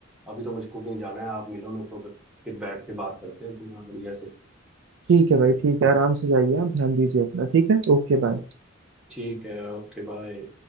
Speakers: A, in the centre; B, on the right.
A: अभी तो मुझको कहीं जाना है आप मिलो मेरे को फिर बैठ के बात करते हैं पूरा बढ़िया से
B: ठीक है भाई ठीक है आराम से जाइए आप ध्यान दीजिए अपना ठीक है ओके बाय
A: ठीक है ओके बाय